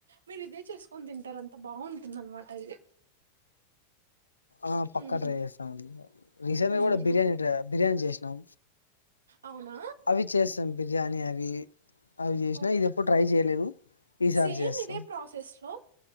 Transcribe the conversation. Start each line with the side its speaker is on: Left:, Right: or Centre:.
Right: మీరు ఇదే చేసుకొని తింటారు అంత బాగుంటుంది అనమాట ఇది
Left: ఆ పక్కా
Right: ఉహు,
Left: ట్రై చేస్తామండి రీసెంట్ గా
Right: ఉహు.
Left: కూడా బిర్యానీ ట్రై బిర్యానీ చేసినాం
Right: అవునా
Left: అవి చేస్తాం బిర్యానీ అవి అవి చేసినా
Right: ఓకే
Left: ఇది ఎప్పుడు ట్రై చేయలేదు ఈ సారి
Right: సేమ్
Left: చేస్తాం
Right: ఇదే ప్రాసెస్ లో